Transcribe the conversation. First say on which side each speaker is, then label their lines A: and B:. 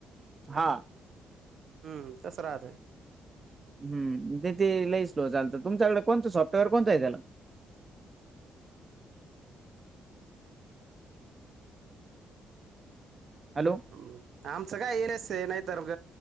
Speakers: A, on the right (about 30°); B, on the right (about 60°).
A: हा
B: हम्म कसराात आहे
A: हम् ते ते लई स्लो चालत तुमच्याकडे कोणतं सॉफ्टवेअर कोणतं आहे त्याला हॅलो
B: ह आमचं काय येन एस नाहीतर ग